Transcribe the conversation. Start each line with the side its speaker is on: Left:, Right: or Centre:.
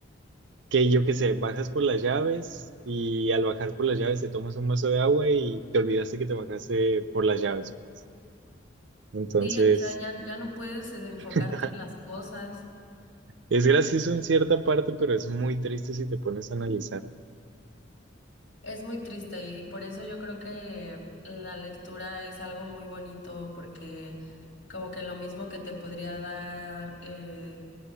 Right: que yo qué sé, bajas por las llaves y al bajar por las llaves te tomas un vaso de agua y te olvidaste que te bajaste por las llaves. pues. Entonces,
Left: Sí, o sea, ya, ya no puedes eh, enfocarte
Right: <laughs>
Left: en las cosas.
Right: es gracioso en cierta parte, pero es muy triste si te pones a analizar
Left: Es muy triste y por eso yo creo que la lectura es algo muy bonito porque como que lo mismo que te podría dar eh,